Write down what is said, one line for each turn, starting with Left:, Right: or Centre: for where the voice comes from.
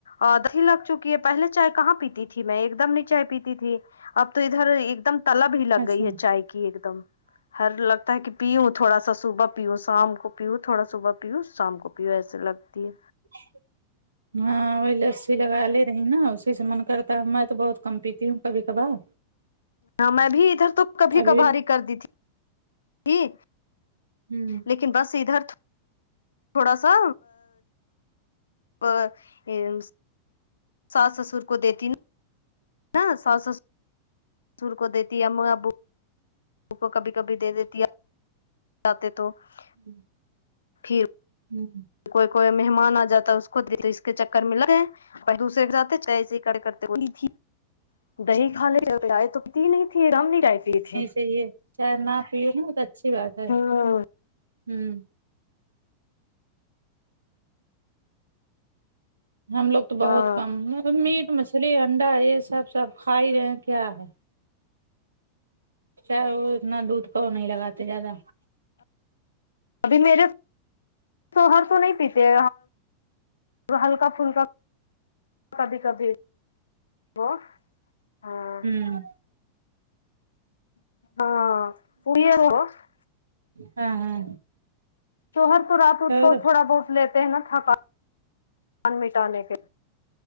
Left: اوری لگ چکی ہے پہلے چائے کہاں پیتی تھی میں ایک دم نہیں چائے پیتی تھی <unintelligible> اب تو ادھر ایک دم تلب ہی لگ
Right: اچھا
Left: گئی ہے چائے کی ایک دم ہر لگتا ہے کہ پی ہ تھوڑا سا صوبح <unintelligible> پیو شام کو پیؤ تھوڑا صبح پیو شام کو پیو ایسے لگتی ہے
Right: <inaudible> ہاں وہی لسی لگا لے رہی نا اسی سے من کرتا ہے میں تو بہت کم پیتی ہوں کبھی کبار
Left: میں بھی ادھر تو کبھی
Right: ابھی
Left: کبھاری کر دی تھی ج <unintelligible>
Right: ہوں <inaudible>
Left: لیکن بس ادھر تھوڑا سا ا ا <unintelligible> ساس سسر کو دیتی ناا ساس سسر س سسر کو دیتی اب <unintelligible> کو کبھی کبھی دے دیتی ج تو <unintelligible>
Right: ہ
Left: پھر
Right: ہوں <inaudible>
Left: کوئی کوئی مہمان آ جاتا ہے اس کو اس کے چکر ملا ہے پ دوسرے جاتے تو ای ک کرتے <unintelligible> دہی کھا لے رائے تو تی نہیں تھی رام نہیں رائے پی تھی
Right: چیے چاہ نہ پیو نا تو اچھی بات ہے
Left: ہوں
Right: ہوں ہم لوگ تو بہت
Left: ہاں
Right: کم میٹ مچھلی انڈا یہ سب سب کھا ہی رہے ہیں کیا ہے چاہے وہ اتنا دودھ پاؤ نہیں لگاتے زیادہ
Left: ابھی میرے شوہر تو نہیں پیتے ہلکا پھلکا کبھی کبھی وہ ہاں
Right: ہوں
Left: <unintelligible>
Right: ہاں ہاں
Left: تو ہر تو رات اس
Right: اور
Left: کو تھوڑا بہت لیتے ہیں نا تھکان مٹانے کے